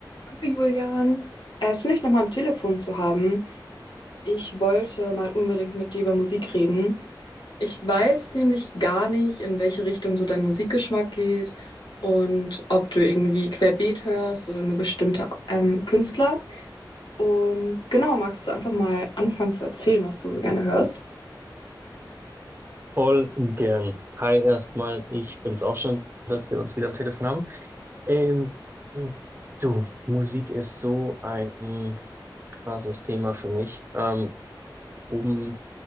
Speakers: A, on the left; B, on the right.
A: Hallo Julian, äh, schön, dich nochmal am Telefon zu haben. Ich wollte mal unbedingt mit dir über Musik reden. Ich weiß nämlich gar nicht, in welche Richtung so dein Musikgeschmack geht und ob du irgendwie querbeet hörst oder nur bestimmte ähm, Künstler. Und genau, magst du einfach mal anfangen zu erzählen, was du so gerne hörst?
B: Voll gern. Hi erstmal, ich find's auch schön, dass wir uns wieder am Telefon haben. Ähm, du, Musik ist so ein krasses Thema für mich. Ähm, um